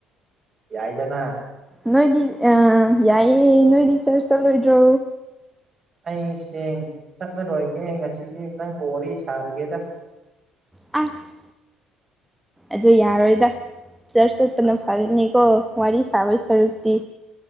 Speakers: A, on the right; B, in the centre.
A: ꯌꯥꯏꯗꯅꯥ
B: ꯅꯣꯏꯗꯤ ꯑ ꯌꯥꯏꯌꯦ ꯅꯣꯏꯗꯤ ꯆꯔꯁ ꯆꯠꯂꯣꯏꯗ꯭ꯔꯣ
A: ꯑꯩ ꯁꯦꯡ ꯆꯠꯂꯔꯣꯏꯒꯦ ꯉꯁꯤꯗꯤ ꯅꯪꯕꯨ ꯋꯥꯔꯤ ꯁꯥꯔꯒꯦꯗ
B: ꯑꯁ ꯑꯗꯨ ꯌꯥꯔꯣꯏꯗ ꯆꯔꯁ ꯆꯠꯄꯅ
A: ꯑꯁ
B: ꯐꯥꯒꯅꯤꯀꯣ ꯋꯥꯔꯤ ꯁꯥꯕꯩ ꯁꯔꯨꯛꯇꯤ